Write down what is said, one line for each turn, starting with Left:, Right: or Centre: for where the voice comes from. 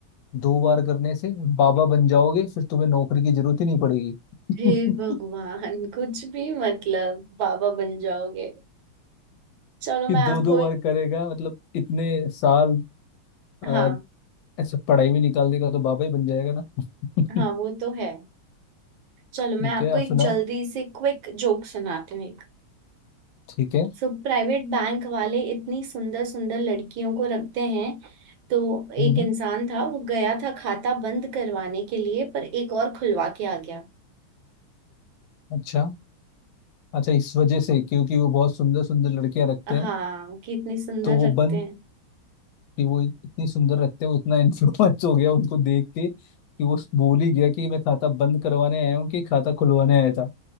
Left: दो बार करने से बाबा बन जाओगे फिर तुम्हें नौकरी की जरूरत ही नहीं पड़ेगी <laughs>
Right: हे
Left: कि
Right: भगवान कुछ भी मतलब बाबा बन जाओगे चलो मैं
Left: दो
Right: आपको
Left: दो बार करेगा मतलब इतने साल
Right: हाँ
Left: आ, ऐसे पढ़ाई में निकाल देगा तो बाबा ही बन जाएगा ना <laughs>
Right: हाँ वो तो है चलो
Left: ठीक
Right: मैं आपको
Left: है आप
Right: एक
Left: सुनाओ
Right: जल्दी से क्विक जोक सुनाती हूँ
Left: ठीक है
Right: सो प्राइवेट बैंक वाले इतनी सुंदर सुंदर लड़कियों को रखते हैं तो
Left: हम्म
Right: एक इंसान था वो गया था खाता बंद करवाने के लिए पर एक और खुलवा के आ गया
Left: अच्छा अच्छा इस वजह से क्योंकि वो बहुत सुंदर सुंदर लड़कियां रखते
Right: हाँ
Left: हैं
Right: कि इतनी सुंदर
Left: तो वो
Right: रखते
Left: बन
Right: हैं
Left: कि वो इतनी सुंदर रखते हैं वो इतना <laughs> इन्फ्लुएंस हो गया उनको देख के कि वो भूल ही गया कि मैं खाता बंद करवाने आया हूँ कि खाता खुलवाने आया था